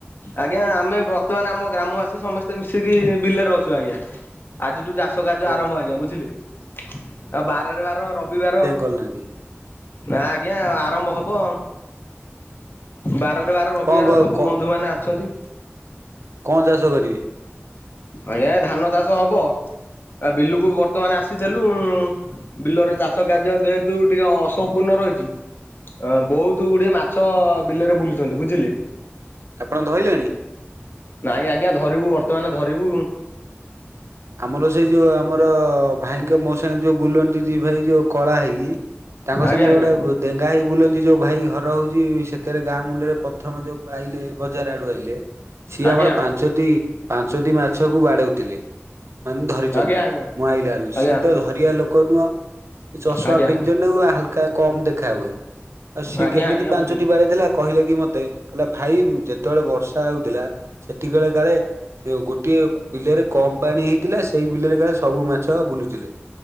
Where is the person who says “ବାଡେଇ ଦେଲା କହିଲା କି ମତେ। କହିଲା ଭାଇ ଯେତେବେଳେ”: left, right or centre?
Right